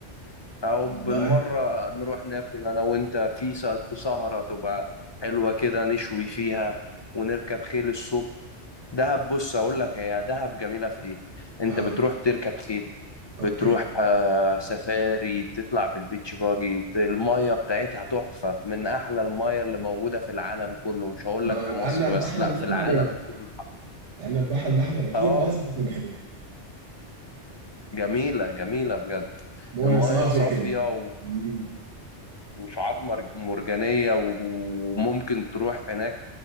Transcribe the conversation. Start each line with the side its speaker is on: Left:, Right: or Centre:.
Left: او
Right: والله
Left: بالمره نروح ناكل انا وانت في سه- سهره تبقى حلوه كده نشوي فيها ونركب خيل الصبح دهب بص اقول لك هي دهب جميله في ايه انت
Right: ها
Left: بتروح تركب خيل
Right: اوكي
Left: بتروح آه، سفاري تطلع بالبيتش باجي ت- الميه بتاعتها تحفه من احلى الميه اللي موجوده في العالم كله مش هقول
Right: ما
Left: لك في
Right: لان
Left: مصر
Right: البحر
Left: بس لا
Right: الاحمر
Left: في العالم
Right: يا مان
Left: كله
Right: لان البحر الاحمر اكيد
Left: اه
Right: لازم تكون حلو
Left: جميله جميله بجد
Right: مويه
Left: الميه
Right: صافيه
Left: صافيه
Right: كده امم
Left: وشعاب مر- مرجانية و- وممكن تروح هناك